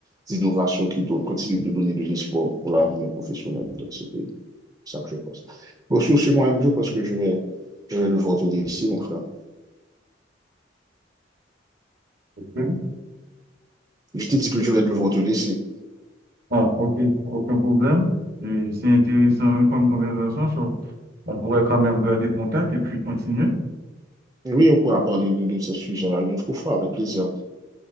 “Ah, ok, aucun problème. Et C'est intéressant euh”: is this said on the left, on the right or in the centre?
Right